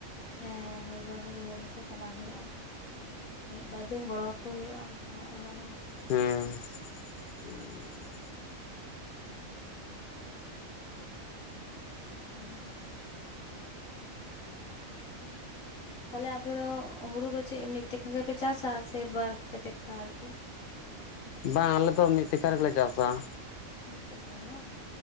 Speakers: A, on the left; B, on the left.
A: ᱦᱮᱸ ᱦᱩᱲᱩ ᱨᱚᱦᱚᱭ ᱫᱷᱩᱲᱟᱹ ᱞᱮᱠᱟ ᱪᱟᱞᱟᱜᱣ ᱦᱩᱭᱩᱜᱼᱟ ᱢᱤᱫ ᱵᱟᱨ ᱫᱤᱱ ᱜᱚᱲᱚ ᱟᱠᱚ ᱦᱩᱭᱩᱜᱼᱟ ᱚᱲᱟᱜ ᱨᱮᱦᱚᱸ
B: ᱦᱮᱸ <unintelligible>
A: <inaudible> ᱛᱟᱦᱚᱞᱮ ᱟᱯᱮ ᱫᱚ ᱦᱩᱲᱩ ᱫᱚ ᱪᱮᱫ ᱢᱤᱫ ᱛᱮᱠᱷᱟ ᱜᱮᱯᱮ ᱪᱟᱥᱟ ᱥᱮ ᱵᱟᱨ ᱯᱮ ᱫᱮᱠᱷᱟ ᱟᱨᱠᱤ
B: ᱵᱟᱝ ᱟᱞᱮ ᱫᱚ ᱢᱤᱫ ᱛᱮᱠᱷᱟ ᱨᱮᱜᱮ ᱞᱮ ᱪᱟᱥᱟᱼᱟ
A: ᱢᱤᱫ ᱛᱮᱠᱷᱟ ᱨᱮ ᱵᱟᱝ